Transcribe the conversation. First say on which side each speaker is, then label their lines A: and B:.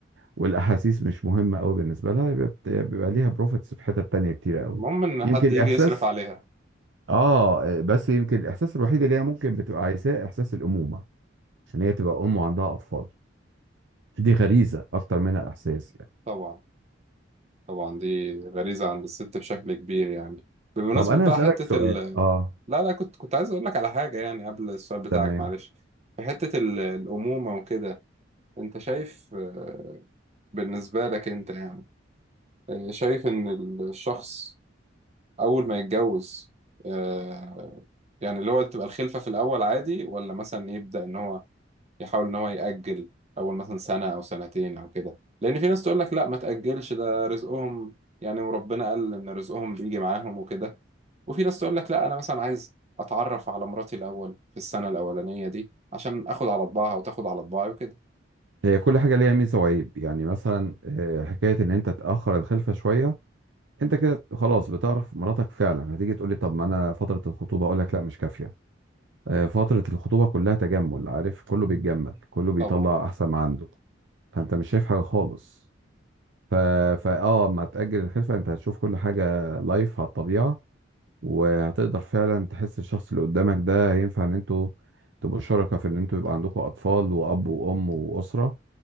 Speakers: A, on the right; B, on the right.
A: والاحاسيس مش مهمه قوي بالنسبه لها يبقى بت- بيبقى ليها بروفيتس في حتت تانية كتير قوي
B: المهم ان
A: يمكن
B: حد
A: الاحساس
B: يجي يصرف عليها
A: اه بس يمكن الاحساس الوحيد اللي هي ممكن بتبقى عايزاه احساس الامومه عشان هي تبقى ام وعندها اطفال دي غريزه اكتر منها احساس يعني
B: طبعا طبعا دي غريزة عند الست بشكل كبير يعني بمناسبة
A: طب انا
B: بقى
A: هسالك
B: حتة
A: سؤال
B: ال
A: اه
B: لا لا كنت كنت عايز اقول لك على حاجة يعني قبل السؤال بتاعك
A: تمام
B: معلش في حتة ال- الأمومة وكده انت شايف آه، بالنسبة لك انت يعني آه، شايف ان الشخص اول ما يتجوز آه، يعني اللي هو تبقى الخلفة في الأول عادي ولا مثلا يبدأ إن هو يحاول ان هو يأجل اول مثلا سنة او سنتين او كده لان في ناس تقول لك لا ما تأجلش ده رزقهم يعني وربنا قال ان رزقهم بيجي معاهم وكده وفي ناس تقول لك لا انا مثلا عايز اتعرف على مراتي الاول في السنة الاولانية دي عشان اخد على طباعها وتاخد على طباعي وكده
A: هي كل حاجة ليها ميزة وعيب يعني مثلا آه، حكاية إن أنت تأخر الخلفة شوية أنت كده خلاص بتعرف مراتك فعلا هتيجي تقول لي طب ما أنا فترة الخطوبة أقول لك لا مش كافية آه، فترة الخطوبة كلها تجمل عارف كله بيتجمل كله بيطلع
B: طبعا
A: أحسن ما عنده فأنت مش شايف حاجة خالص ف... فا آه ما تأجل الخلفة أنت هتشوف كل حاجة لايف على الطبيعة وهتقدر فعلا تحس الشخص اللي قدامك ده ينفع إن أنتوا تبقوا شركاء في إن أنتوا يبقى عندكم أطفال وأب وأم وأسرة